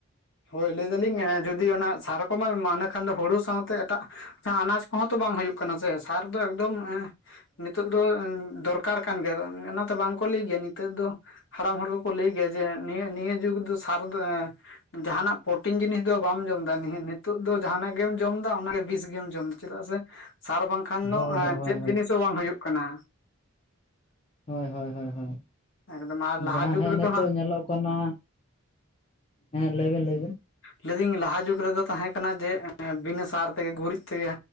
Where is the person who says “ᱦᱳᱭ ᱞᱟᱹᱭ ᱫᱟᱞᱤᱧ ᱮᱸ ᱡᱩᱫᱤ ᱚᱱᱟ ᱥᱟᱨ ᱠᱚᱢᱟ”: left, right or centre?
Left